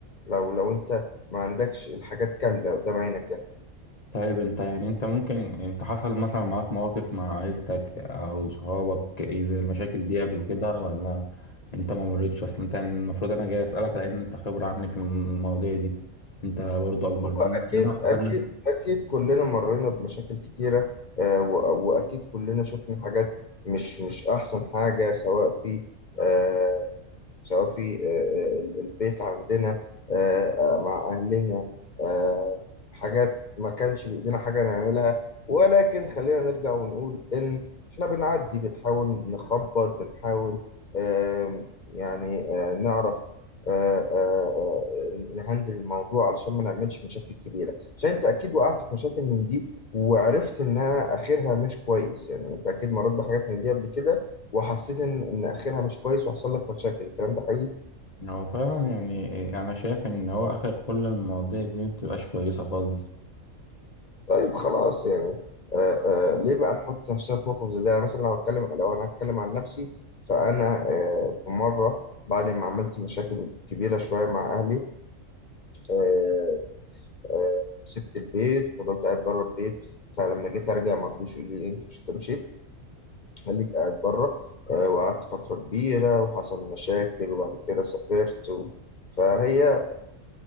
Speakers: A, on the left (about 45°); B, on the left (about 30°).
A: لو لو أنت ما عندكش الحاجات كاملة قدام عينك يعني
B: طيب انت يعني انت ممكن انت حصل مثلا معاك مواقف مع عيلتك او صحابك ايه زي المشاكل دي قبل كده ولا انت ما مريتش اصلا انت يعني المفروض انا جاي اسالك لان انت خبره عني في المواضيع دي انت برضو اكبر
A: هو
B: مني
A: أكيد
B: لازم استفاد
A: أكيد
B: منك
A: أكيد كلنا مرينا بمشاكل كتيرة آه، و- وأكيد كلنا شفنا حاجات مش مش أحسن حاجة سواء في آه، سواء في آه، آه، ال- البيت عندنا آه، آه، مع أهلنا آه، حاجات ما كانش بإيدينا حاجة نعملها ولكن خلينا نرجع ونقول إن إحنا بنعدي بنحاول نخبط بنحاول آم، يعني آه، نعرف آه، آه، آه، نهندل الموضوع علشان ما نعملش مشاكل كبيرة عشان أنت أكيد وقعت في مشاكل من دي وعرفت إنها آخرها مش كويس يعني أنت أكيد مريت بحاجات من دي قبل كده وحسيت ان ان اخرها مش كويس وحصل لك مشاكل الكلام ده حقيقي
B: هو فعلا يعني ايه، انا شايف ان هو اخر كل المواضيع دي مبتبقاش كويسه خالص
A: طيب خلاص يعني آه آه ليه بقى نحط نفسنا في موقف زي ده يعني مثلا لو هتكلم لو انا هتكلم عن نفسي فانا آه في مره بعد ما عملت مشاكل كبيره شويه مع اهلي آه آه سبت البيت وفضلت قاعد بره البيت فلما جيت ارجع ما رضوش يقولوا لي إيه، انت مش انت مشيت خليك قاعد بره آه وقعدت فتره كبيره وحصل مشاكل وبعد كده سافرت و... فهي